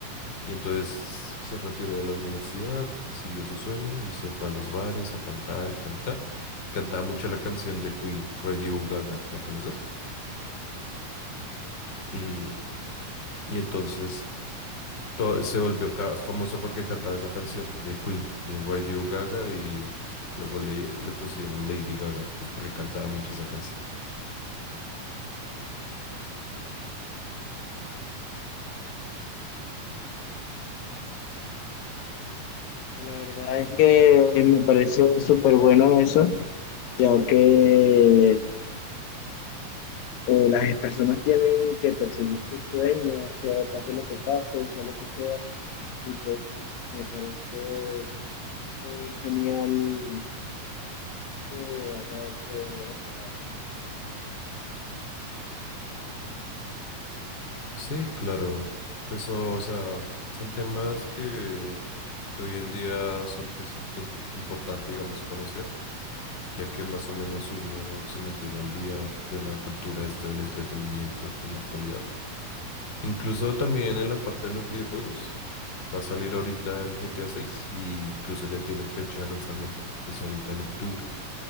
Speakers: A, on the left; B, on the left.
A: y entonces se retiró de la universidad y siguió su sueño y se fue a los bares a cantar y cantar. Cantaba mucho la canción de Queen, Radio Gaga, ¿la conoces? Y, y entonces to- se volvió ca- famosa porque cantaba esa canción de Queen, de Radio Gaga y luego le, le pusieron Lady Gaga, pues porque cantaba mucho esa canción.
B: La verdad es que me parece súper bueno eso, ya que eh, las personas tienen que perseguir sus sueños, sea pase lo que pase, sea lo que sea, y pues me parece muy genial que haya hecho eso, la verdad.
A: Sí, claro. Pues o o sea, son temas que, que hoy en día son pues inten- importante, digamos, conocer ya que más o menos uno se mantiene al día de la cultura, esto del entretenimiento en la actualidad. Incluso también en la parte de los videojuegos. Va a salir ahorita el GTA 6 y incluso ya tiene fecha de lanzamiento, que es ahorita en octubre.